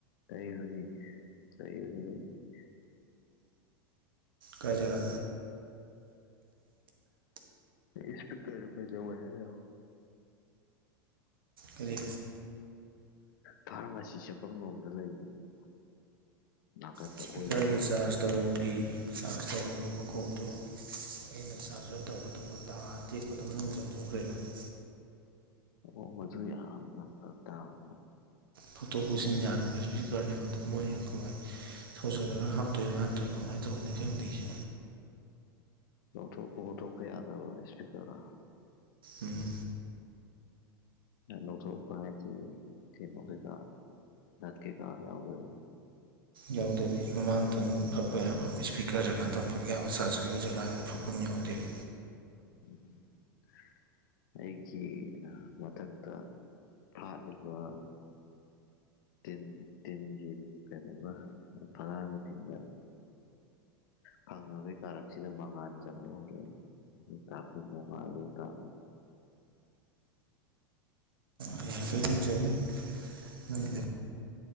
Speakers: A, on the left (about 60°); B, on the right (about 75°).
A: ꯇꯩꯕꯅꯤ <unintelligible>
B: ꯀꯥꯏ ꯖꯒꯥꯗ
A: ꯅꯪ ꯏꯁꯄꯤꯀꯔꯗꯣ ꯀꯩꯗꯧꯋꯤ ꯍꯥꯏꯅꯣ
B: ꯀꯔꯤ
A: ꯐꯥꯔꯃꯥꯁꯤ ꯆꯠꯐꯝ ꯂꯣꯝꯗ ꯂꯩꯕꯅꯦ ꯅꯥꯀꯟꯗ
B: ꯏꯁꯄꯤꯀꯔꯒꯤ
A: ꯑꯣꯏꯔꯣꯝꯗ
B: ꯆꯥꯔꯁ ꯇꯧꯕꯝꯒꯤ ꯆꯥꯔꯖ ꯇꯧꯕꯝꯒꯤ ꯃꯈꯣꯛꯇꯣ ꯑꯩꯅ <unintelligible> <unintelligible>
A: ꯑꯣ ꯃꯗꯨ ꯌꯥꯝꯅ ꯐꯔꯛ ꯇꯥꯕꯅꯤ
B: ꯐꯣꯇꯣꯛ ꯄꯨꯁꯤꯟ ꯌꯥꯗꯕ ꯏꯁꯄꯤꯀꯔꯅꯦꯕꯗ ꯃꯣꯏꯅ ꯀꯃꯥꯏꯅ ꯁꯧꯖꯤꯜꯂꯒ ꯍꯥꯞꯇꯣꯏꯔꯥ ꯅꯠꯇ꯭ꯔꯒ ꯀꯃꯥꯏꯇꯧꯗꯣꯏꯅꯣ ꯈꯪꯗꯦ ꯑꯩꯁꯨ
A: ꯂꯧꯊꯣꯛꯄ ꯈꯣꯊꯣꯛꯄ ꯌꯥꯗꯕ ꯏꯁꯄꯤꯀ꯭ꯔꯔꯥ
B: ꯎꯝ
A: ꯂꯧꯊꯣꯛꯄ ꯍꯥꯏꯗꯤ ꯀꯩꯅꯣ ꯀꯩꯀꯥ ꯅꯠ ꯀꯩꯀꯥ ꯌꯥꯎꯗꯕꯤ
B: ꯌꯥꯎꯗꯕꯤ ꯃꯃꯥꯡꯗꯪ ꯐꯛꯄ ꯌꯥꯕ ꯏꯁꯄꯤꯀꯔ ꯖꯒꯥꯗꯪ ꯐꯛ ꯌꯥꯕ ꯁꯥꯔꯖꯔꯒꯤ ꯖꯒꯥ ꯍꯥꯏꯗ ꯐꯛꯐꯝ ꯑꯃ ꯌꯥꯎꯗꯦꯕ
A: <inaudible> ꯑꯩꯒꯤ ꯃꯊꯛꯇ ꯐꯥꯠꯂꯤꯕ ꯇꯤꯟ ꯇꯤꯟꯒꯤ ꯀꯩꯅꯣꯒ ꯐꯛꯂꯥꯡꯒ ꯇꯤꯟꯕ ꯐꯥꯡꯅꯕꯩ ꯀꯥꯔꯛꯁꯤꯗ ꯃꯉꯥꯥꯟ ꯆꯪꯕ ꯍꯧꯔꯛꯑꯦ ꯑꯗꯨ ꯇꯥꯛꯄꯗꯤ ꯅꯣꯡꯉꯥꯜꯂꯦꯅ ꯇꯥꯛꯄꯅꯤ
B: <unintelligible> ꯌꯦꯡꯖꯅꯤ ꯅꯪꯒꯤꯗꯤ